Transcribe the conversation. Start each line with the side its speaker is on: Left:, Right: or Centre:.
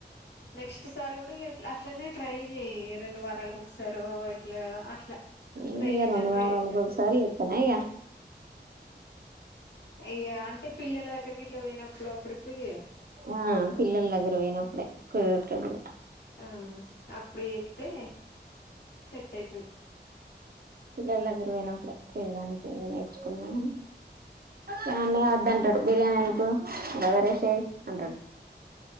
Left: నెక్స్ట్ సారి కూడా అట్లనే ట్రై చెయ్ రెండు వారాలకు ఒకసారో ఏట్లో అట్లా
Right: ఈగ
Left: ట్రై చేత్తా
Right: రెండు
Left: ట్రై
Right: వారలకు
Left: చేత్తా అంటే
Right: ఒక
Left: వస్తాయి
Right: సరి చేత్తనా ఈగ
Left: ఇగ అంటే పిల్లల దగ్గరకి గిట్లా పోయినప్పుడో అప్పుడు ఇప్పుడు చే
Right: ఆ పిల్లల దగ్గరికి పోయినప్పుడే కుదురుతది
Left: ఆ అప్పుడు చేత్తే సెట్ అయితది
Right: పిల్లల దగ్గరికి పోయినప్పుడే చేయడానికి ఇంగ నేర్చుకుందమని మీ అన్నయ్య వద్దంటడు బిర్యాని ఎందుకు బగర రైస్ చెయ్ అంటాడు